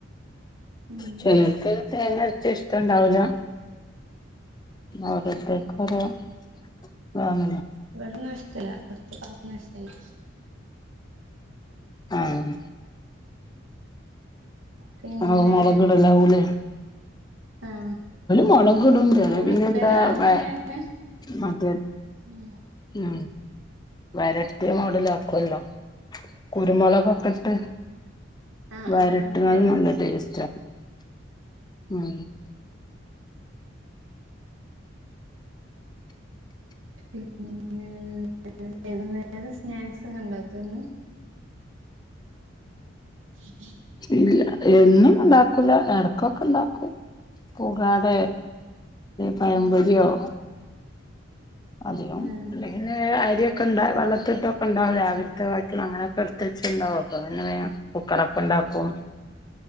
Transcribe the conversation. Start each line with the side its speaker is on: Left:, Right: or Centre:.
Right: ഉം
Left: ചില ആൾക്കാര് <unintelligible> ചെല ടേസ്റ്റ് ഇഷ്ട്ടാണ്ടാവുല ഓരോത്തർക്ക് ഓരോ ഇതാണല്ലോ
Right: ഇവിട നഷ്ടല്ല അടുത്ത <unintelligible> നഷ്ടമില്ല
Left: ആഹ്
Right: പിന്നെ
Left: ആഹ് മൊളകിടലാവും ല്ലെ
Right: ആഹ്
Left: മുളകിടും ചില
Right: കൂടുതലും
Left: പിന്നെന്താ
Right: അങ്ങനെയാണ്
Left: വ മറ്റേ
Right: ഉം
Left: ഉം വരട്ടിയ മോഡലആക്കൊല്ലോ കുരുമുളക്ഒക്കെ ഇട്ട്
Right: ആഹ്
Left: വരട്ടുന്നത്
Right: ആഹ് അതെ
Left: നല്ല ടേസ്റ്റാ ഉം
Right: പിന്നെ വൈകുന്നേരം സ്നാക്ക്സ് ഒക്കെ ഇണ്ടാകൊന്നും <inaudible>
Left: ഇല്ല എന്നും ഇണ്ടാക്കൂല എടക്കൊക്കെ ഇണ്ടാക്കും പൂക്കടെ പഴംപൊരിയോ
Right: ഉം
Left: അതെയോ
Right: ഉം
Left: പിന്നെ അരിയൊക്കെണ്ട വെള്ളത്തി ഇട്ടൊക്കെണ്ടാവും രാവിലത്തെ വാക്കില്ലെ അങ്ങനൊക്കെ ഇടുത്തച്ച് ഇണ്ടാവും അപ്പൊ പിന്നെ വേഗം കുക്കറ അപ്പ ഇണ്ടാക്കും